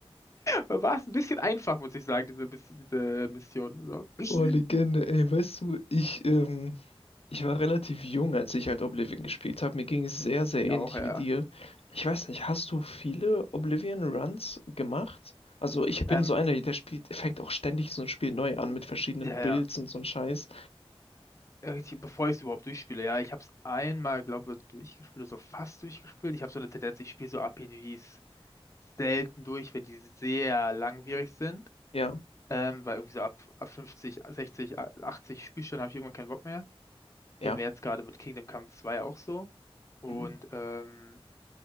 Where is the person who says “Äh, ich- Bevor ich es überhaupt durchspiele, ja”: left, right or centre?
Left